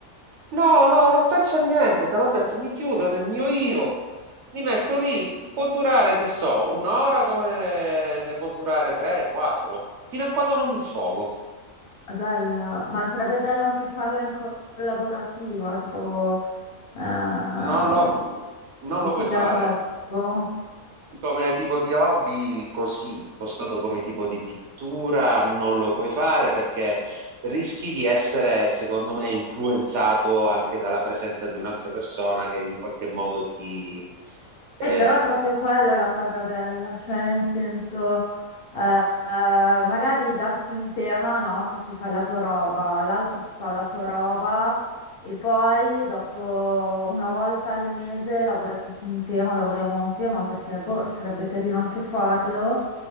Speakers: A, on the right; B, on the left.
A: no, no, non penso a niente, te l'ho detto, mi chiudo nel mio io, mi metto lì, può durare, che so, un'ora come ne può durare tre, quattro, fino a quando non mi sfogo.
B: È bella, ma sarebbe bello anche farla in collaborativa, tipo, ehm,
A: Non lo,
B: dici
A: non lo puoi
B: che
A: fare.
B: è troppo?
A: Come tipo di hobby, così, impostato come tipo di pittura, non lo puoi fare perché rischi di essere, secondo me, influenzato anche dalla presenza di un'altra persona che in qualche modo ti, eh,
B: Eh, però è proprio quello la cosa bella, cioè nel senso, eh, eh, magari darsi un tema, no? Tu ti fai la tua roba, l'altro si fa la sua roba e poi dopo una volta al mese lavorate su un tema, lavoriamo a un tema perché boh, sarebbe carino anche farlo